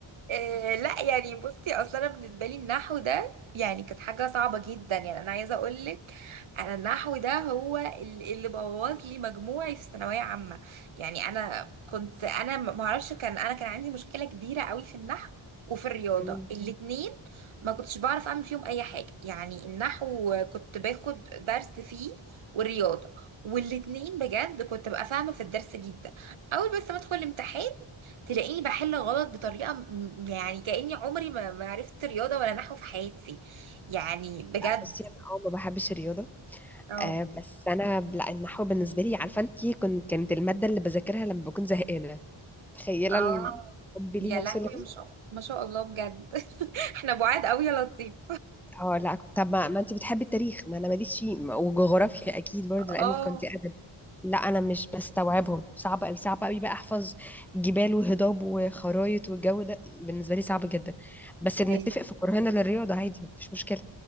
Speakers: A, on the right (about 70°); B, in the centre.
A: آه لا يعني بصي اصلا انا بالنسبه لي النحو ده يعني كانت حاجه صعبه جدا يعني انا عايزه اقول لك انا النحو ده هو ال- اللي بوظ لي مجموعي في ثانويه عامه يعني انا كنت انا ما اعرفش كان انا كان عندي مشكله كبيره قوي في النحو وفي الرياضه
B: مم.
A: الاتنين ما كنتش بعرف اعمل فيهم اي حاجه يعني النحو كنت باخد درس فيه والرياضه والاتنين بجد كنت ببقى فاهمه في الدرس جدا اول بس ما ادخل الامتحان تلاقيني بحل غلط بطريقة م- يعني كأني عمري ما ما عرفت رياضة ولا نحو في حياتي يعني بجد
B: لا بصي انا اه ما بحبش الرياضه
A: اه
B: آه بس انا ب- لا النحو بالنسبه لي عارفه انت كنت كانت الماده اللي بذاكرها لما بكون زهقانه تخيله
A: اه
B: الم- حبي ليها
A: يا لهوي
B: وصل لفين
A: ما شاء ما شاء الله بجد <laughs> احنا بعاد قوي يا لطيف
B: اه لا طب ما, ما انت بتحبي التاريخ ما انا ماليش فيه ما- وجغرافيا اكيد برضه لاني
A: اه
B: كنت ادب لا انا مش بستوعبهم صعب قوي صعب قوي بقى احفظ جبال وهضاب وخرايط والجو ده بالنسبه لي صعب جدا بس بنتفق
A: اه
B: في كرهنا للرياضه عادي مفيش مشكله